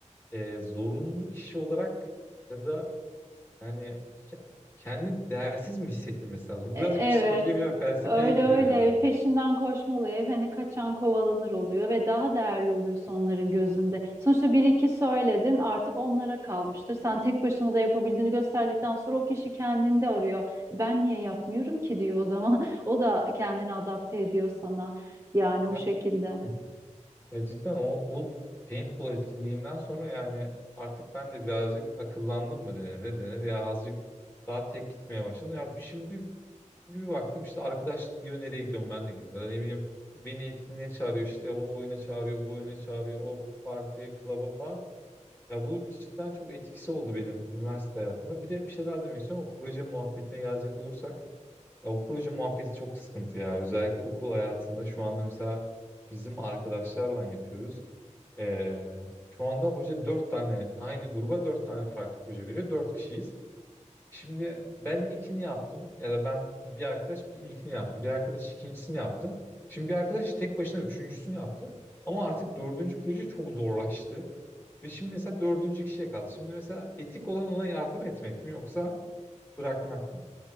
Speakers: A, on the left; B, on the right.
A: e, zorunlu kişi olarak ya da yani ke- kendi değersiz mi hissettirmesi lazım? Bu
B: E-
A: birazcık
B: Evet.
A: psikolojiye veya felsefeye
B: Öyle
A: giriyor
B: öyle
A: ya.
B: peşinden koşma olayı hani kaçan kovalanır oluyor ve daha değerli oluyorsun onların gözünde. Sonuçta bir iki söyledin artık onlara kalmıştır. Sen tek başına da yapabildiğini gösterdikten sonra o kişi kendinde arıyor. Ben niye yapmıyorum ki diyor o zaman. <laughs> O da kendini adapte ediyor sana. Yani
A: Ya,
B: o şekilde.
A: hı. ya cidden o, o paintball etkinliğinden sonra yani artık ben de birazcık akıllandım mı denir ne denir ya azıcık daha tek gitmeye başladım. Ya şimdi Bir baktım işte arkadaş diyor nereye gidiyorum ben de gideyim. Ya da ne bileyim beni etkinliğe çağırıyor işte o oyuna çağırıyor bu oyuna çağırıyor o partiye klaba falan. Ya bu cidden çok etkisi oldu benim üniversite hayatımda. Bir de bir şey daha demek istiyorum o proje muhabbetine gelecek olursak. Ya bu proje muhabbeti çok sıkıntı ya. Özellikle okul hayatında şu anda mesela bizim arkadaşlarla yapıyoruz. Ee, şu anda hoca dört tane aynı gruba dört tane farklı proje veriyor. Dört kişiyiz. Şimdi ben ilkini yaptım ya da ben bir arkadaş bir ilkini yaptı. Bir arkadaş ikincisini yaptı. Şimdi bir arkadaş tek başına üçüncüsünü yaptı. Ama artık dördüncü proje çok zorlaştı. Ve şimdi mesela dördüncü kişiye kaldı. Şimdi mesela etik olan ona yardım etmek mi yoksa bırakmak mı?